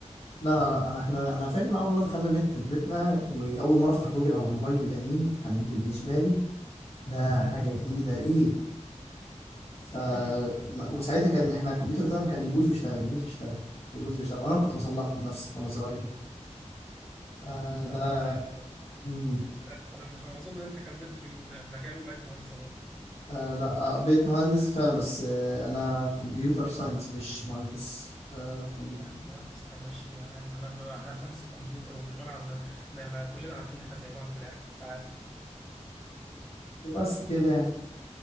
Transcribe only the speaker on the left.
لا لا انا احنا انا فاكر ان اول مره دخلنا نت في بيتنا واول مره افتح جوجل على موبايلي القديم كان بالنسبه لي ده حاجه جديده ايه ف
ما- وساعتها كان احنا الكمبيوتر بتاعنا كان يبوظ ويشتغل يبوظ ويشتغل يبوظ ويشتغل وانا كنت بصلحه بنفسي وانا صغير فده
مم.
آه لا آه بقيت مهندس فعلا بس آه انا كمبيوتر ساينس مش مهندس آه كمبيوتر
بس كده يعني